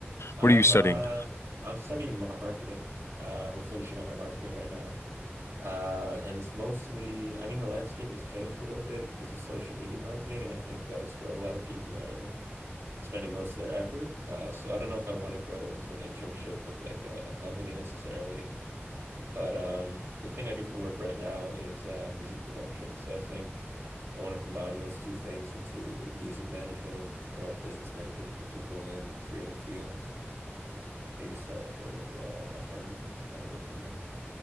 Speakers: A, on the right; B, on the left.
A: I'm
B: What are you studying?
A: uh I'm studying marketing. Uh, well, finishing up my marketing right now. Uh, and it's mostly, I mean, the landscape has changed a little bit because of social media marketing, and I think that's where a lot of people are spending most of their effort. Uh, so I don't know if I want to go into an internship with like a company necessarily. But um, the thing I do for work right now is uh, music production. So I think I want to combine those two things into music management or business management for people in creative fields. Maybe start like a little uh, a firm, kind of go from there.